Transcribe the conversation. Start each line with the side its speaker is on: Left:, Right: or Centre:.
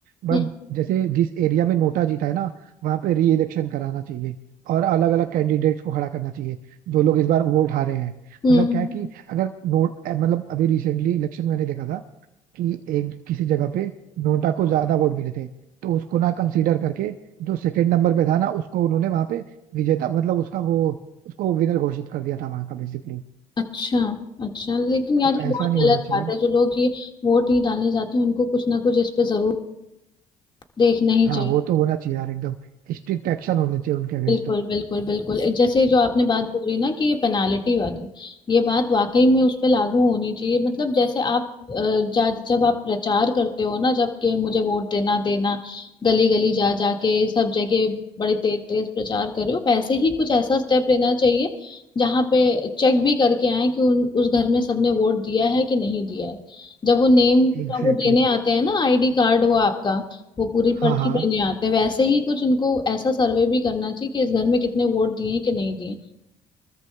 Right: बट
Left: हम्म
Right: जैसे जिस एरिया में नोटा जीता है ना वहां पे री इलेक्शन कराना चाहिए और अलग अलग कैंडिडेट्स को खड़ा करना चाहिए जो लोग इस बार वोट हारे हैं
Left: हम्म।
Right: मतलब
Left: हम्म।
Right: क्या है कि अगर नोट अ, मतलब अभी रिसेंटली इलेक्शन मैंने देखा था कि एक किसी जगह पे नोटा को ज्यादा वोट मिले थे तो उसको ना कंसीडर करके जो सेकंड नंबर पे था ना उसको उन्होंने वहां पे विजेता मतलब उसका वो उसको विनर घोषित कर दिया था वहां का बेसिकली
Left: अच्छा अच्छा लेकिन यार
Right: तो
Left: ये
Right: ऐसा
Left: बहुत
Right: नहीं
Left: गलत
Right: होना चाहिए
Left: बात है जो लोग ये वोट नहीं डालने जाते हैं उनको कुछ ना कुछ इस पे जरूर देखना ही
Right: हाँ
Left: चाहिए
Right: वो तो होना चाहिए यार एकदम स्ट्रिक्ट एक्शन होने चाहिए उनके अगेंस्ट
Left: बिल्कुल
Right: तो
Left: बिल्कुल बिल्कुल ए, जैसे जो आपने बात बोली ना कि ये पेनाल्टी वाली ये बात वाकई में उस पे लागू होनी चाहिए मतलब जैसे आप अ, जा जब आप प्रचार करते हो ना जब के मुझे वोट देना देना गली गली जा जाके सब जगह बड़े तेज तेज प्रचार कर रहे हो वैसे ही कुछ ऐसा स्टेप लेना चाहिए जहाँ पे चेक भी करके आए कि उन उस घर में सबने वोट दिया है कि नहीं दिया है जब वो नेम
Right: Exactly
Left: का वो देने
Right: exactly.
Left: आते हैं ना आईडी कार्ड वो आपका वो पूरी पर्ची
Right: हाँ हाँ
Left: देने आते हैं वैसे ही कुछ इनको ऐसा सर्वे भी करना चाहिए कि इस घर में कितने वोट दिए कि नहीं दिए